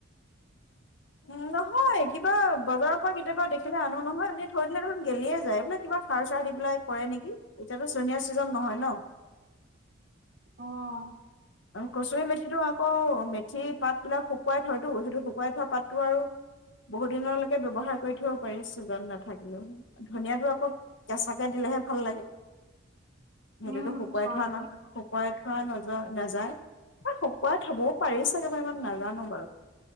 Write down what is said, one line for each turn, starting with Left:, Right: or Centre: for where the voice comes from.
Left: উম, নহয় কিবা বজাৰৰ পৰা কেতিয়াবা দেখিলে আনো নহয় এনেই থৈ দিলে দেখোন গেলিয়ে যায়। মানে কিবা সাৰ চাৰ দি পেলাই কৰে নেকি, এতিয়াতো চনিয়াৰ চিজন নহয় ন।
Right: অ'।
Left: কচুৰি মেথিটো আকৌ মেথি পাতবিলাক শুকুৱাই থয়তো সেইটো শুকুৱাই থোৱা পাতটো আৰু বহুত দিনলৈকে ব্যৱহাৰ কৰি থব পাৰি, চিজন নাথাকিলেও। ধনীয়াটো আকৌ কেঁচাকে দিলেহে ভাল লাগে। সেইটোতো
Right: উম,
Left: শুকুৱাই
Right: হয়,
Left: থোৱা
Right: হয়,
Left: নাই শুকুৱাই থোৱা <unintelligible> ন-নাযায় সেই শুকুৱাই থবও পাৰি চাগে মই ইমান নাজানো বাৰু।